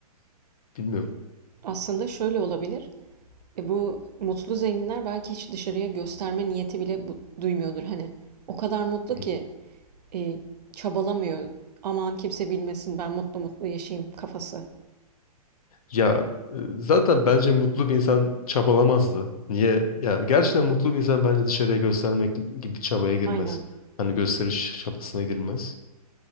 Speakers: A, on the left; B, on the right.
A: Ee, bilmiyorum.
B: Aslında şöyle olabilir. E bu mutlu zenginler belki hiç dışarıya gösterme niyeti bile bu- duymuyordur. Hani o kadar mutlu
A: Hmm.
B: ki e, çabalamıyor. Aman kimse bilmesin ben mutlu mutlu yaşayayım kafası.
A: Ya e, zaten bence mutlu bir insan çabalamazdı. Niye? Ya gerçekten mutlu bir insan bence dışarıya göstermek gibi bir çabaya girmez.
B: Aynen.
A: Hani gösteriş çabasına girmez.